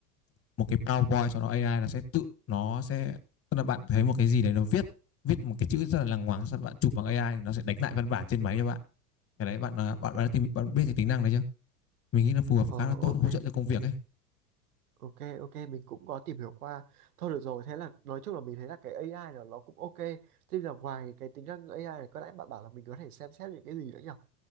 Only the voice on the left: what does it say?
một cái PowerPoint sau đó AI nó sẽ tự nó sẽ tức là bạn thấy một cái gì đấy nó viết viết một cái chữ rất là lằng ngoáng sau đó bạn chụp bằng AI nó sẽ đánh lại văn bản trên máy cho bạn cái đấy bạn ờ, bạn bạn, đã tìm, bạn biết cái tính năng đấy chưa mình nghĩ là phù hợp
khá là tốt
hỗ trợ cho công việc ấy